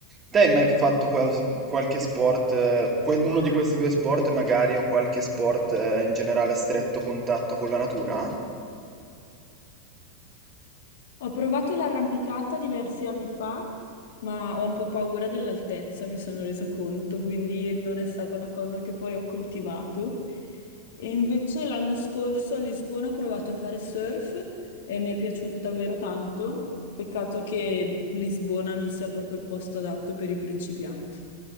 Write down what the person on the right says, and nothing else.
Te hai mai fatto qual- qualche sport, eh, que- uno di questi due sport magari o qualche sport eh, in generale a stretto contatto con la natura?